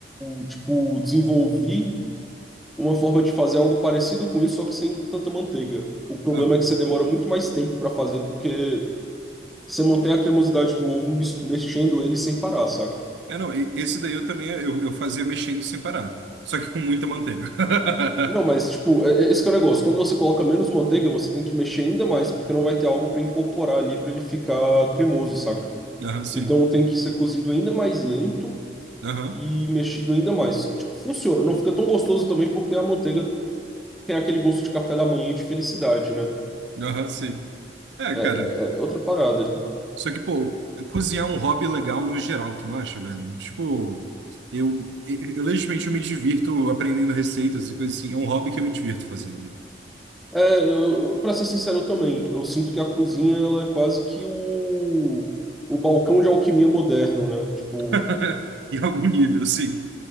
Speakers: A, in the centre; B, on the right.
A: eu, tipo, desenvolvi uma forma de fazer algo parecido com isso, só que sem tanta manteiga. O problema
B: Ah,
A: é que você demora muito mais tempo pra fazer, porque Você mantém a cremosidade do ovo mis- mexendo ele sem parar, saca?
B: é, não, e- esse daí eu também, eu, eu fazia mexendo sem parar, só que com muita manteiga. <laughs>
A: Não, mas, tipo, é- é- esse que é o negócio. Quando você coloca menos manteiga, você tem que mexer ainda mais, porque não vai ter algo para incorporar ali para ele ficar cremoso, saca?
B: Aham, sim.
A: Então tem que ser cozido ainda mais lento
B: Aham,
A: e mexido ainda mais. Tipo, funciona. Não fica tão gostoso também porque a manteiga tem aquele gosto de café da manhã e de felicidade, né?
B: aham, sim. É, cara.
A: É é outra parada.
B: Só que, pô, cozinhar é um hobby legal no geral, tu não acha, velho? Tipo, eu, eu, eu legitimamente eu me divirto aprendendo receitas e coisas assim. É um hobby que eu me divirto fazendo.
A: É, eu, eu- pra ser sincero, eu também. Eu sinto que a cozinha, ela é quase que o, o balcão de alquimia moderno, né? Tipo,
B: <laughs> Em algum nível, sim.